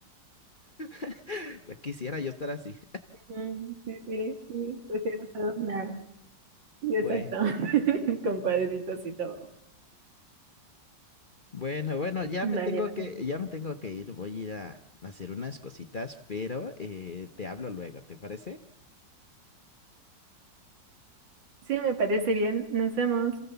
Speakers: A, on the left; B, on the right.
A: <laughs> Ya quisiera yo estar así.
B: Ujú, Sí, sí, sí, prefiero ser una. sí, Exacto,
A: Bueno.
B: <laughs> con cuadritos y todo.
A: Bueno, bueno, ya
B: Vale,
A: me tengo
B: vale.
A: que, ya me tengo que ir, voy a ir a hacer unas cositas, pero eh, te hablo luego, ¿te parece?
B: Sí, me parece bien. Nos vemos.